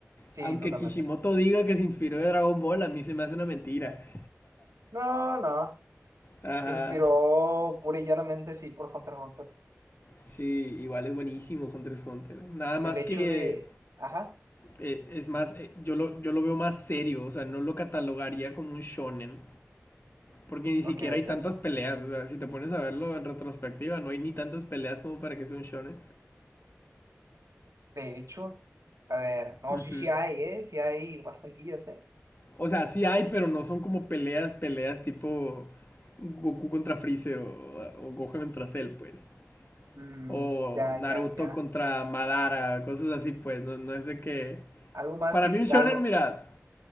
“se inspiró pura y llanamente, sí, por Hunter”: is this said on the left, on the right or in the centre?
Right